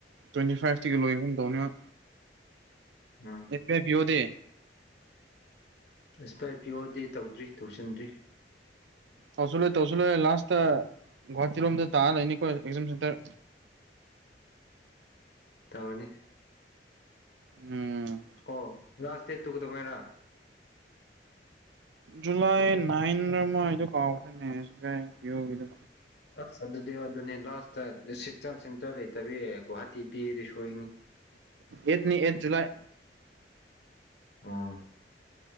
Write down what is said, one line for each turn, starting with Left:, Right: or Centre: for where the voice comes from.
Right: ꯇ꯭ꯋꯦꯟꯇꯤꯐꯥꯚꯏ ꯇꯒꯤ ꯂꯣꯏꯕꯒꯨꯝ ꯇꯧꯕꯅꯦꯕ
Left: ꯎꯝ
Right: ꯑꯦꯠꯄꯦ ꯄꯤꯌꯣꯗꯦ
Left: ꯏꯁꯕꯤꯑꯥꯏ ꯄꯤꯌꯣꯗꯤ ꯇꯧꯗ꯭ꯔꯤ ꯇꯧꯁꯤꯟꯗ꯭ꯔꯤ
Right: ꯇꯧꯁꯜꯂꯣ ꯇꯧꯁꯜꯂꯣ ꯂꯥꯁꯇ ꯒꯨꯍꯥꯇꯤ ꯂꯣꯝꯗ ꯇꯔꯥ ꯂꯩꯅꯤꯀꯣ ꯑꯦꯛꯖꯥꯝ ꯁꯦꯟꯇꯔ
Left: ꯇꯩꯔꯅꯤ
Right: ꯎꯝ
Left: ꯑꯣ ꯂꯥꯁ ꯗꯦꯠꯇꯨ ꯀꯩꯗꯧꯉꯩꯔꯥ
Right: ꯖꯨꯂꯥꯏ ꯅꯥꯟꯔꯥ ꯃꯥꯏꯗꯨ ꯀꯥꯎꯈ꯭ꯔꯅꯦ ꯑꯦꯁꯕꯤꯑꯥꯏ ꯄꯤꯌꯣ ꯒꯤꯗꯣ
Left: ꯑꯁ ꯑꯗꯨꯗꯤ ꯑꯗꯨꯅꯦ ꯂꯥꯁꯇ ꯑꯦꯛꯖꯥꯝ ꯁꯦꯟꯇꯔ ꯂꯩꯇꯕꯤ ꯒꯨꯍꯥꯇꯤ ꯄꯤꯔꯗꯤ ꯁꯣꯏꯅꯤ
Right: ꯑꯦꯠꯅꯤ ꯑꯦꯠ ꯖꯨꯂꯥꯏ
Left: ꯑꯣ